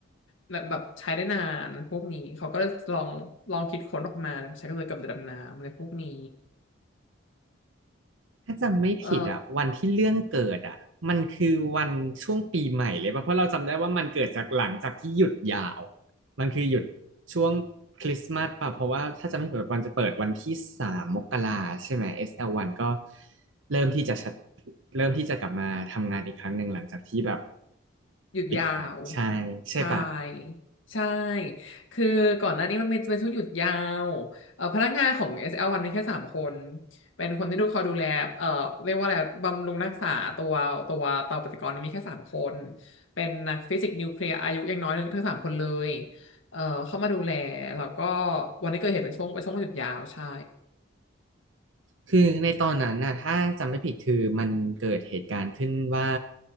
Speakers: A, on the left (about 75°); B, on the right (about 70°).
A: และแบบใช้ได้นานพวกนี้เขาก็เลยลองลองคิดค้นออกมาใช้ก็เลยกับเรือดำน้ำอะไรพวกนี้
B: ถ้าจำไม่ผิดอ่ะวันที่เรื่องเกิดอ่ะมันคือวันช่วงปีใหม่เลยป่ะเพราะเราจำได้ว่ามันเกิดจากหลังจากที่หยุดยาว
A: เออ
B: มันคือหยุดช่วงคริสต์มาสป่ะเพราะว่าถ้าจำไม่ผิดมันจะเปิดวันที่สามมกราใช่ไหม s ันก็เริ่มที่จะชัดเริ่มที่จะกลับมาทำงานอีกครั้งหนึ่งหลังจากที่แบบ
A: หยุดยาว
B: ปิดนะใช่ใช่ป่ะ
A: ใช่ใช่คือก่อนหน้านี้มันมีเป็นช่วงหยุดยาวเอ่อพนักงานของ SL1 มีแค่สามคนเป็นคนที่ดูเขาดูแลเอ่อเรียกว่าอะไรบำรุงรักษาตัวตัวเตาปฏิกรณ์มีแค่สามคนเป็นนักฟิสิกส์นิวเคลียร์อายุยังน้อยทั้งทั้งสามคนเลยเอ่อเข้ามาดูแลแล้วก็วันที่เกิดเหตุเป็นช่วงเป็นช่วงหยุดยาวใช่
B: คือในตอนนั้นน่ะถ้าจำไม่ผิดคือมันเกิดเหตุการณ์ขึ้นว่า